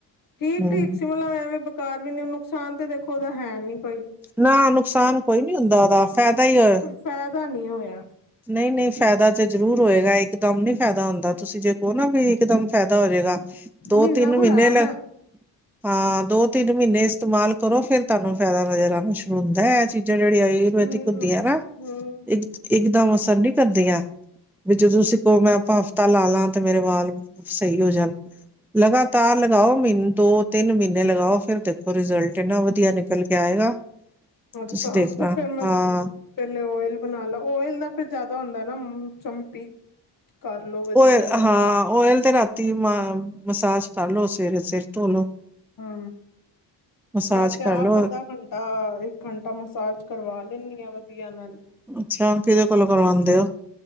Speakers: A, on the left; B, in the centre.
A: ਠੀਕ-ਠੀਕ
B: ਹਮ
A: ਸੀ। ਮਲਬ, ਐਵੇਂ ਬੇਕਾਰ ਵੀ ਨੀ। ਨੁਕਸਾਨ ਤੇ ਦੇਖੋ, ਓਦਾ ਹੈ ਨੀ ਕੋਈ।
B: ਨਾ ਨੁਕਸਾਨ ਕੋਈ ਨੀ ਹੁੰਦਾ ਓਦਾ। ਫੈਦਾ ਈ ਓ
A: ਫੈਦਾ ਨੀ ਹੋਇਆ।
B: ਨਈ-ਨਈ ਫੈਦਾ ਜੇ ਜਰੂਰ ਹੋਏਗਾ। ਇਕਦਮ ਨੀ ਫੈਦਾ ਹੁੰਦਾ। ਤੁਸੀਂ ਜੇ ਕੋ ਨਾ, ਵੀ ਇਕਦਮ ਫੈਦਾ ਹੋਜੇਗਾ। ਦੋ-ਤਿੰਨ
A: ਮਹੀਨਾ ਕੁ
B: ਮੀਨੇ
A: ਲਾਇਆ
B: ਲ
A: ਮੈਂ
B: ਹਾਂ, ਦੋ-ਤਿੰਨ ਮੀਨੇ ਇਸਤਮਾਲ ਕਰੋ। ਫੇਰ ਤਾਂਨੂੰ ਫੈਦਾ ਨਜ਼ਰ ਆਣਾ ਸ਼ੁਰੂ ਹੁੰਦੈ। ਏ ਚੀਜ਼ ਤੇ ਜੇੜੀ ਆਯੁਰਵੈਦਿਕ
A: ਹਮ
B: ਹੁੰਦੀਆਂ ਨਾ,
A: ਹਮ
B: ਇਕ-ਇਕਦਮ ਅਸਰ ਨੀ ਕਰਦੀਆਂ। ਵਿਚੋਂ ਤੁਸੀ ਕ‌ਉ,
A: ਹਮ
B: ਮੈਂ ਆਪਾਂ ਹਫ਼ਤਾ ਲਾ-ਲਾ ਤੇ ਮੇਰੇ ਵਾਲ ਸ‌ਈ ਹੋ ਜਾਨ। ਲਗਾਤਾਰ ਲਗਾਓ। ਮਿਨ ਦੋ-ਤਿੰਨ ਮੀਨੇ ਲਗਾਓ, ਫਿਰ ਦੇਖੋ ਰਿਜ਼ਲਟ, ਏਨਾ ਵਧੀਆ ਨਿਕਲ ਕੇ ਆਏਗਾ।
A: ਅੱਛਾ
B: ਤੁਸੀਂ ਦੇਖਣਾ
A: ਤੇ ਫੇਰ ਮੈਂ
B: ਹਾਂ
A: ਦਿਨ ਪੈਲੈ ਓਇਲ ਬਣਾ ਲਓ। ਓਇਲ ਦਾ ਫਿਰ ਜਾਦਾ ਹੁੰਦਾ ਨਾ, ਮੂ ਚਮਪੀ ਕਰ ਲੋ ਵਧੀਆ
B: ਓਇਲ
A: ਨਾਲ
B: ਹਾਂ ਓਇਲ ਤੇ ਰਾਤੀ ਮ ਮਸਾਜ ਕਰ ਲੋ ਸਵੇਰੇ ਸਿਰ ਤੋ ਲੋ।
A: ਹਾਂ
B: ਮਸਾਜ
A: ਮੈਂ ਤੇ
B: ਕਰਲੋ
A: ਆਪ ਅੱਧਾ ਘੰਟਾ ਇੱਕ ਘੰਟਾ ਮਸਾਜ ਕਰਵਾ ਲੈਣੀ ਆ ਵਧੀਆ ਨਲ।
B: ਅੱਛਾ ਕਿੱਦੇ ਕੋਲੋਂ ਕਰਵਾਂਦੇ ਓ?